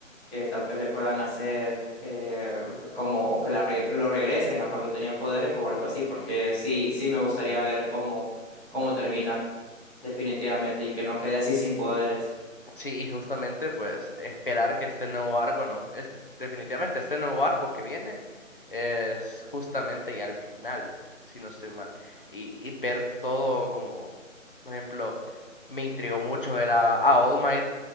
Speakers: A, in the centre; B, on the left (about 40°).
A: que tal vez le puedan hacer... eh, como que la re- lo regresen a cuando tenía poderes o algo así, porque sí, sí me gustaría ver cómo, cómo termina definitivamente, y que no quede así sin poderes.
B: Sí, y justamente pues esperar que este nuevo arco, bueno, este- definitivamente este nuevo arco que viene es justamente ya al final, si no estoy mal. Y, y ver todo como, por ejemplo, me intrigó mucho ver a, a All Might